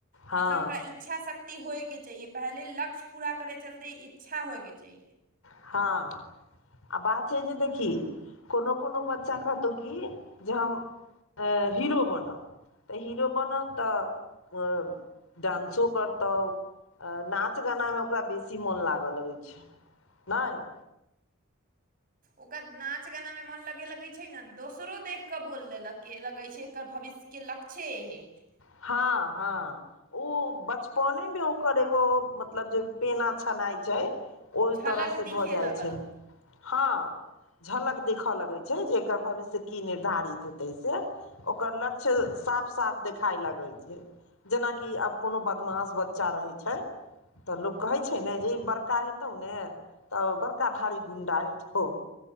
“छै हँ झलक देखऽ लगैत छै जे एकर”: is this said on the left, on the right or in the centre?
Left